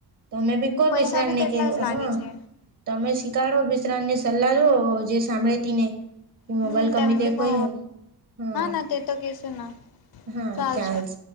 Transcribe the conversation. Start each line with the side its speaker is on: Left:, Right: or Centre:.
Right: તમે બી કો
Left: પૈસા
Right: બિશ્રણ
Left: બી
Right: ન
Left: તેટલા
Right: કે
Left: જ લાગે
Right: હા
Left: છે
Right: તમે શીખાડો મિશ્રને સલાહ લો જે સાંભળેતી તેને કે
Left: હમ
Right: મોબાઈલ કમી
Left: તમે
Right: દેખો
Left: બી કહો
Right: હેમ હા
Left: ના તે તો કેશો ના
Right: હા
Left: ચાલશે
Right: ચાન્સ